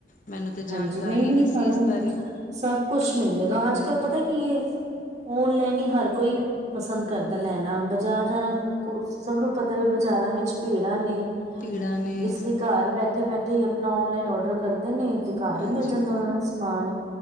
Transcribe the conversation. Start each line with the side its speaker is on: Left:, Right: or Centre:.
Left: ਮੈਨੂੰ ਤਾਂ ਜਾਣਕਾਰੀ
Right: ਹਾਂਜੀ ਨਈ ਨਈ
Left: ਨਹੀਂ ਸੀ
Right: ਸਾਨੂੰ
Left: ਇਸ ਬਾਰੇ
Right: ਸਭ ਕੁਛ ਮਿਲੇਗਾ, ਅੱਜ ਕੱਲ੍ਹ ਪਤਾ ਕੀ ਏ ਔਨਲਾਈਨ ਏ ਹਰ ਕੋਈ ਪਸੰਦ ਕਰਦਾ ਲੈਣਾ ਬਾਜ਼ਾਰ ਜਾਣਾ ਸਭ ਨੂੰ ਪਤਾ ਵੀ ਬਾਜ਼ਾਰਾਂ ਵਿੱਚ ਭੀੜਾਂ ਨੇ
Left: ਭੀੜਾਂ ਨੇ
Right: ਇਸ ਲਈ ਘਰ ਬੈਠੇ -ਬੈਠੇ ਹੀ ਆਪਣਾ ਓਨਲਾਈਨ ਔਡਰ ਕਰਦੇ ਨੀ ਅ ਤੇ ਘਰ
Left: ਹਾਂਜੀ
Right: ਹੀ ਮਿਲ ਜਾਂਦਾ ਉਹਨਾਂ ਨੂੰ ਸਮਾਨ,